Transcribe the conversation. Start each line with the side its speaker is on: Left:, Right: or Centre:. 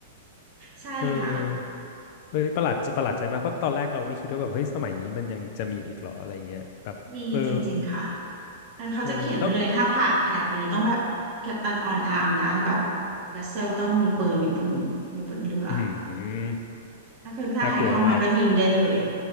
Right: ใช่ค่ะ
Left: เออเฮ้ยประหลาดจะประหลาดใจมากเพราะตอนแรกเราไม่คิดว่าแบบเฮ้ยสมัยนี้มันยังจะมีอีกเหรออะไรเงี้ยแบบเออ
Right: มีจริงๆค่ะ แต่เขาจะเขียนไว้เลยถ้าผ่านแถบนี้ต้องแบบกัปตันออนอาร์มนะแบบ
Left: เออแล้ว
Right: เวสเซลต้องมีปืนอยู่บนอยู่บนเรือ
Left: อืม
Right: ก็คือถ้าใครเข้ามาก็ยิงได้เลย
Left: น่ากลัวมาก